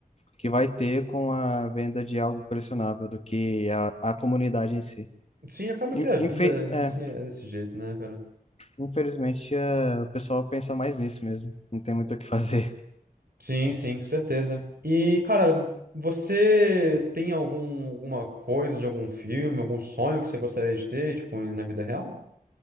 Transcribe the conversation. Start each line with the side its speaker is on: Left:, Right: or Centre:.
Left: que vai ter com a venda de algo colecionável do que a, a comunidade em si.
Right: Sim, acaba
Left: In-
Right: que a vida
Left: infe-
Right: em
Left: é,
Right: si é desse jeito, né, cara?
Left: infelizmente, é, o pessoal pensa mais nisso mesmo. Não tem muito o que fazer.
Right: Sim, sim, com certeza. E, cara, você tem algum, alguma coisa de algum filme, algum sonho que você gostaria de ter, tipo, na vida real?